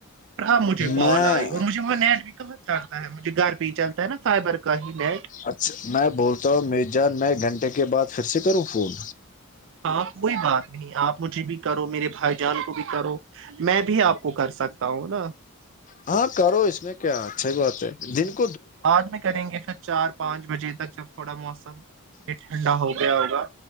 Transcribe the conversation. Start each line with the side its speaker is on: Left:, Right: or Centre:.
Right: ہ مجھے بال
Left: میں
Right: آئی اور مجھے میں نیٹ و مجھے گھر پہ ہی چلتا ہے نا فائبر کا ہی نیٹ
Left: اچھا میں بولتا ہوں میر جان میں ایک گھنٹے کے بعد پھر سے کروں فون
Right: ہاں کوئی بات نہیں آپ مجھے بھی کرو میرے بھائی جان کو بھی کرو میں بھی آپ کو کر سکتا ہوں نا
Left: ہاں کرو اس میں کیا اچھ ہی بات ہے دن کا
Right: بعد میں کریں گے پھر چار پانچ بجے تک جب تھوڑا موسم یہ ٹھنڈا ہو گیا ہوگا